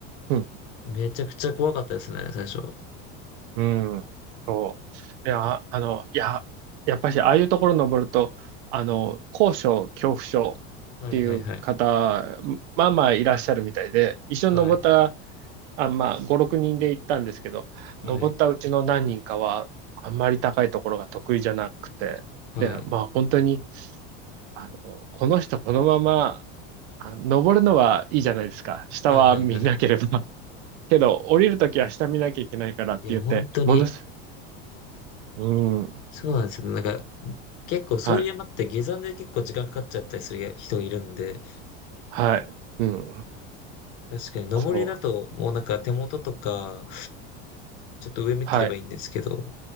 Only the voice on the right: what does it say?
うん。
うん、そう。いや、あの、いや、やっぱし、ああいうところ登ると、あの、高所恐怖症っていう方、
まあまあいらっしゃるみたいで、一緒に登った、
あ、まあ、5、6人で行ったんですけど、
登ったうちの何人かは、あんまり高いところが得意じゃなくて、
で、まあ、本当に、あの、この人、このまま、あ、登るのはいいじゃないですか。下は見なければ。
けど、降りるときは下見なきゃいけないからって言って、
ものすうん。
はい。はい。うん。
そう。
はい。